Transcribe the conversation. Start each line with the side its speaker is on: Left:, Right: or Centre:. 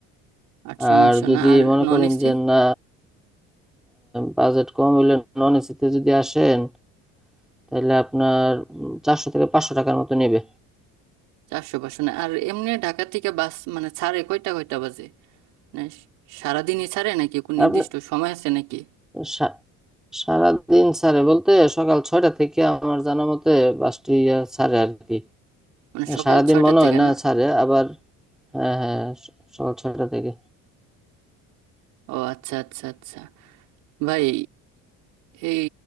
Right: আটশো
Centre: আর
Right: নয়শো
Centre: যদি
Right: না আর
Centre: মনে
Right: নন
Centre: করেন
Right: এসি
Centre: যে না বাজেট কম হইলে নন এসিতে যদি আসেন তাহলে আপনার চারশো থেকে পাঁচশো টাকার মতো নেবে
Right: চারশো পাঁচশো না আর এমনি ঢাকা থেকে বাস মানে ছাড়ে কয়টা কয়টা বাজে মানে সারাদিনই ছাড়ে নাকি কোনো নির্দিষ্ট
Centre: আপনি
Right: সময় আছে নাকি
Centre: সা- সারাদিন ছাড়ে বলতে সকাল ছয়টা থেকে আমার জানা মতে বাসটি আহ, ছাড়ে আর কি
Right: মানে সকাল
Centre: সারাদিন
Right: ছয়টার
Centre: মনে
Right: থেকে
Centre: হয় না
Right: না
Centre: ছাড়ে আবার হ্যাঁ হ্যাঁ স- সকাল ছয়টা থেকে
Right: ও আচ্ছা আচ্ছা আচ্ছা ভাই এই